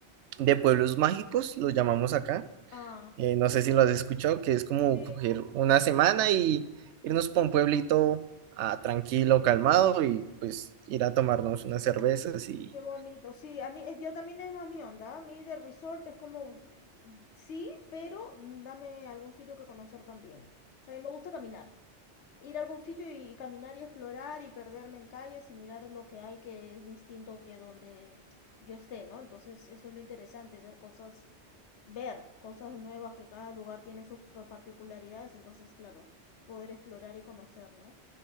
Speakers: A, on the right; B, on the left.
A: de pueblos mágicos, lo llamamos acá.
B: Ah,
A: eh, no sé si lo has escuchado, que es como
B: sí,
A: coger una semana y irnos para un pueblito ah, tranquilo, calmado y pues ir a tomarnos unas cervezas y...
B: qué bonito. Sí, a mí, eh, yo también es más mi onda. A mí de resort es como, mm, sí, pero mm, dame algún sitio que conocer también. O sea, a mí me gusta caminar. Ir a algún sitio y caminar y explorar y perderme en calles y mirar lo que hay que es distinto que donde yo esté, ¿no? Entonces, eso es lo interesante, ver cosas ver cosas nuevas, que cada lugar tiene sus pa- particularidades, entonces, claro, poder explorar y conocer, ¿no?